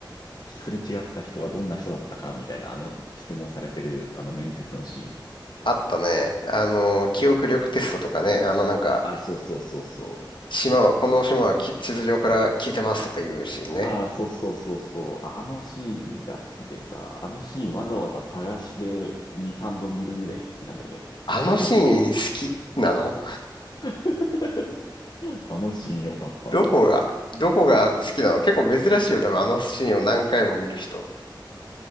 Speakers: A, on the left; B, on the left.
A: すれ違った人はどんな人だったかみたいなあの質問されてるあの面接のシーン。
B: あったね。あの、記憶力テストとかね、あのなんか、
A: あ、そうそうそうそう。
B: 島は、この島はき地図上から消えてますとかいうシーンね。
A: ああ、そうそうそうそう。あのシーンが好きでさ、あのシーンわざわざ探して2、3度見るぐらい好きなんだよね。
B: あのシーン好きなの
A: あのシーン。<laughs> あのシーン良かったんだよ
B: どこが、どこが好きなの結構珍しいよ、多分あのシーンを何回も見る人。